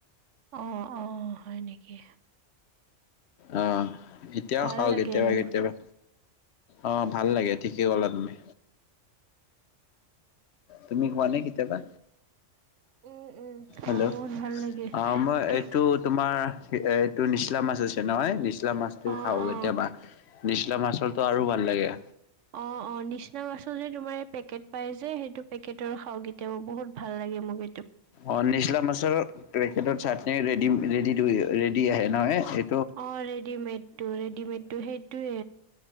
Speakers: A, on the right (about 85°); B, on the left (about 65°).
A: অঁ অঁ হয় নিকি?
B: আহ এতিয়াও
A: ভাল
B: খাওঁ
A: লাগে
B: কেতিয়াবা
A: এনেকুৱা
B: কেতিয়াবা অঁ ভাল লাগে ঠিকে কলা তুমি। তুমি খোৱানে কেতিয়াবা?
A: উম উম অ
B: হেল্লৌ'
A: বহুত ভাল লাগে
B: অঁহ মই
A: কি
B: এইটো তোমাৰ কে এই- টো নিচলা মাছ আছে নহয়, নিচলা মাছটো
A: অ
B: খাওঁ কেতিয়াবা
A: অ
B: নিচলা মাছৰটো আৰু ভাল লাগে।
A: অঁ অঁ নিচিনা মাছৰ যে তোমাৰ এই পেকেট পাই যে সেইটো পেকেটৰ খাওঁ কেইটিয়াবা বহুত ভাল লাগে মোকে।
B: অঁ নিচলা মাছৰ পেকেটত চাটনি ৰেডি ৰেডি ৰেডি আহে ন এ।
A: অঁ' ৰেডিমেডটো ৰেডিমেডটো সেইটোৱে।